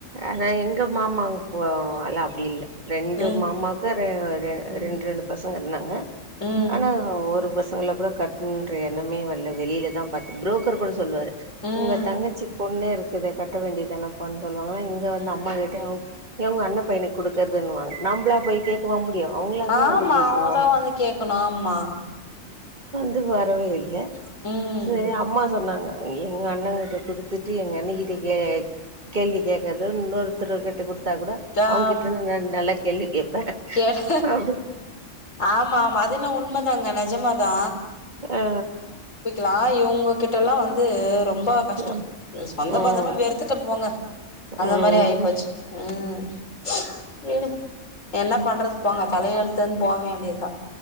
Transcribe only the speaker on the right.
அதா எங்க மாமா அங்க போவோ இல்ல அப் டி இல்ல ரெண்டு
மாமாக்கு ரெ ரெ
ரெண்ரெண்டு பசங் க இருந்தாங்க
ஆனா ஒரு ப சங்கள கூட கட்னுன்ற எண்ணமே வல்ல வெளியில தா பாத்தோ ப்ரோக்கர் கூட சொல்வாரு
உங்க தங்கச்சி பொண்ணு இருக் இத கட்ட வேண்டியதானப்பானு சொல் வாங்ளா இங்க வந்து
அம்மா கிட்டயு ஏ உங்க அண்ண பையனுக் குடுக்கறதுன்னுவாங்க நம்ப்ளா போய் கேக்கவா முடியு அவங்களா தானே
வந்து கேட்கணு
இது வரவே இல்ல
சரி அம்மா சொன்னாங்க எங்க அண்ணங்கிட்ட குடுத்து து எங்க அண்ணிக்கு திங்க கேள்வி கேக்குறது இன்னொருத்தருக்கிட்ட குடுத் விட்டா கூட
அவுங்க கிட்ட இருந்து நா நல்ல கேள்வி கேப்பே
அ
ஆ ஆ
ஆ
ம்
ம்